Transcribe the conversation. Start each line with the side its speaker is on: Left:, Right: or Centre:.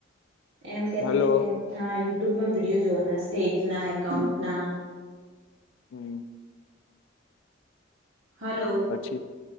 Right: એમ
Left: હતા
Right: કેતી
Left: હલો
Right: ત કેમ હા યટ્યુબમાં વિડીયો જોવાના સ્ટેટના એકાઉન્ટના.
Left: હમ.
Right: હલો
Left: પછી